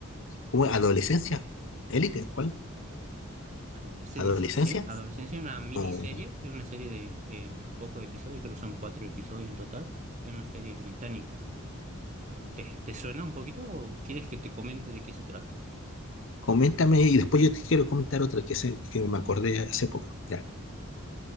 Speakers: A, on the left; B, on the right.
A: ¿Cómo? ¿Adolescencia? ¿Élite? ¿Cuál?
B: Adolescencia,
A: ¿Adolescencia?
B: ¿sí? Adolescencia es una miniserie,
A: O-
B: es una serie de eh, unos pocos episodios, creo que son cuatro episodios en total, es una serie británica. Eh, ¿te, te suena un poquito o quieres que te comente de qué se trata?
A: Coméntame y después yo te quiero comentar otra que, se- que me acordé hace poco. Ya,